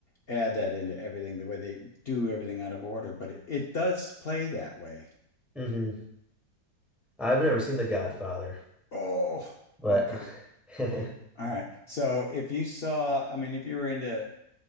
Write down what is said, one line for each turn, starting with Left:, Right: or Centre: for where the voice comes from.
Left: add that into everything, the way they do everything out of order, but it, it does play that way.
Centre: hmm I've never seen The Godfather,
Left: Oh,
Centre: but
Left: okay.
Centre: <laughs>
Left: All right. So if you saw, I mean, if you were into